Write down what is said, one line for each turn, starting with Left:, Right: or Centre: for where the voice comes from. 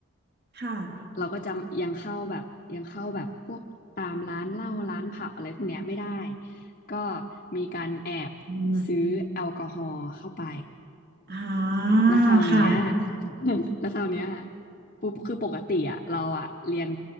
Right: ค่ะ
Left: เราก็จะยังเข้าแบบยังเข้าแบบพวกตามร้านเหล้าร้านผับอะไรพวกเนี้ยไม่ได้ก็มีการแอบ
Right: อืม
Left: ซื้อแอลกอฮอล์เข้าไป
Right: อ่า
Left: แล้วคราวเนี้ย
Right: ค่ะ
Left: <laughs> แล้วคราวเนี้ยปุ๊บคือปกติอะเราอะเรียน